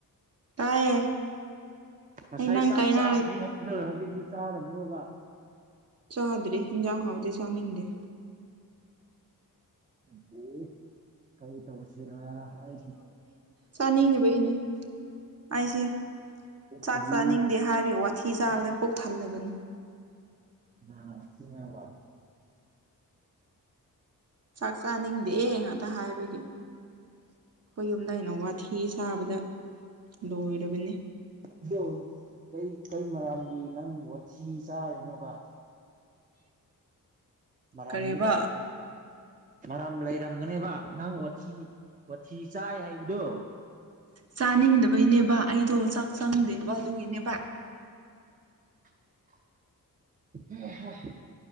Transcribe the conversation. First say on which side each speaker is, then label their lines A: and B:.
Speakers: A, on the right; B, on the right.
A: ꯇꯥꯏꯌꯦ
B: ꯉꯁꯥꯏ
A: ꯑꯩ ꯅꯪ
B: ꯆꯥꯛ
A: ꯀꯥꯏꯅ
B: ꯆꯥꯗ꯭ꯔꯤ ꯍꯥꯏꯕ ꯍꯧꯖꯤꯛꯇꯤ ꯆꯥꯔꯕ꯭ꯔꯣꯕ
A: ꯆꯥꯗ꯭ꯔꯤ ꯌꯦꯟꯖꯥꯡ ꯍꯥꯎꯇꯦ ꯆꯥꯅꯤꯡꯗꯦ
B: ꯑꯗꯨꯗꯤ ꯀꯩ ꯇꯧꯁꯤꯔꯥ ꯍꯥꯏꯁꯤ
A: ꯆꯥꯅꯤꯡꯗꯕꯒꯤꯅꯤ ꯑꯩꯁꯦ ꯆꯥꯛ
B: ꯁꯒꯤ
A: ꯆꯥꯅꯤꯡꯗꯦ ꯍꯥꯏꯕꯒꯤ ꯋꯥꯠ ꯋꯥꯊꯤ ꯆꯥꯕꯗ ꯄꯨꯛ ꯊꯜꯂꯕꯅꯤ
B: ꯀꯅꯅ ꯋꯥꯊꯤ ꯉꯥꯡꯕ
A: ꯆꯥꯛ ꯆꯥꯅꯤꯡꯗꯦ ꯉꯥꯛꯇ ꯍꯥꯏꯕꯒꯤ ꯑꯩꯈꯣꯏ ꯌꯨꯝꯗꯩꯅꯦ ꯋꯥꯊꯤꯁꯤ ꯆꯥꯕꯗ ꯂꯣꯏꯔꯕꯅꯤ
B: ꯑꯗꯣ ꯀꯩ ꯃꯔꯥꯜꯒꯤ ꯅꯪ ꯋꯥꯊꯤ ꯆꯥꯔꯤꯅꯣꯕ ꯃꯔꯥꯜ
A: ꯀꯔꯤꯕ
B: ꯑꯝꯗꯤ ꯂꯩꯔ ꯃꯔꯝ ꯂꯩꯔꯝꯒꯅꯦꯕ ꯅꯪ ꯋꯥꯊꯤ ꯋꯥꯊꯤ ꯆꯥꯏ ꯍꯥꯏꯕꯗꯣ
A: ꯆꯥꯅꯤꯡꯗꯕꯩꯅꯦꯕ ꯑꯩꯗꯣ ꯆꯥꯛ ꯆꯪꯗꯦꯕ ꯑꯗꯨꯒꯤꯅꯦꯕ
B: <inaudible> ꯎꯝ ꯍꯥ <unintelligible>